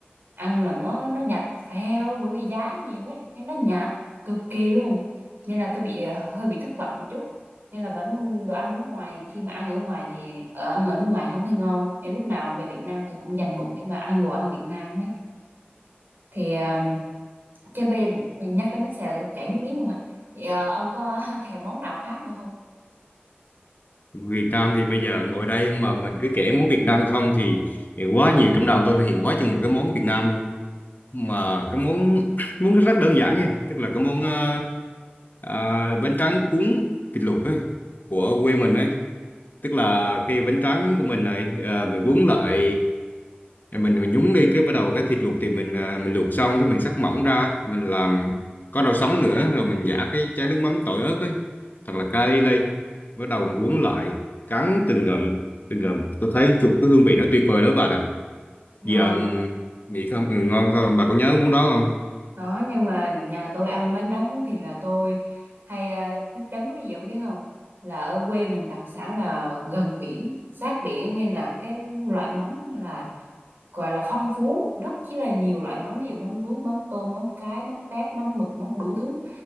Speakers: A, on the right (about 60°); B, on the left (about 50°).
A: ăn là nó nó nhạt phèo bởi vì giá nhiều ấy nên nó nhạt cực kỳ luôn nên là tôi bị ờ, hơi bị thất vọng chút nên là vẫn đồ ăn nước ngoài khi mà ăn ở ngoài thì ở ăn ở nước ngoài không thấy ngon nên lúc nào về Việt Nam tôi cũng dành bụng để mà ăn đồ ăn Việt Nam hết thì um, chứ bây giờ nhắc đến bánh xèo tôi chảy nước miếng luôn á thì ờ, ông có <laughs> thèm món nào khác nữa không
B: Việt Nam thì bây giờ ngồi đây mà mình cứ kể món Việt Nam không thì, thì quá nhiều trong đầu tôi là hiện quá chừng một cái món Việt Nam luôn mà cái món <coughs> <clears throat> món rất đơn giản nha tức là cái món ờ, ờ, bánh tráng cuốn thịt luộc ấy của quê mình ấy tức là khi bánh tráng của mình này ờ, mình cuốn lại mình mình nhúng đi cái bắt đầu cái thịt luộc thì mình à, mình luộc xong cái mình xắt mỏng ra mình làm có rau sống nữa rồi mình giả cái chén nước mắm tỏi ớt ấy thật là cay lên bắt đầu mình cuốn lại cắn từng ngụm từng ngụm tôi thấy chuột cái hương vị nó tuyệt vời lắm bà ạ
A: ngon
B: giờ nghĩ không ừ, ngon không bà có nhớ món đó không
A: Có nhưng mà nhà tôi ăn bánh tráng cuốn thịt là tôi hay à, thích chấm cái gì không biết không? Là ở quê mình đặc sản là gần biển, sát biển nên là cái loại mắm là gọi là phong phú, rất chỉ là nhiều loại mắm ví dụ mắm ruốc, mắm tôm, mắm cái, mắm tép, mắm mực, mắm đủ thứ.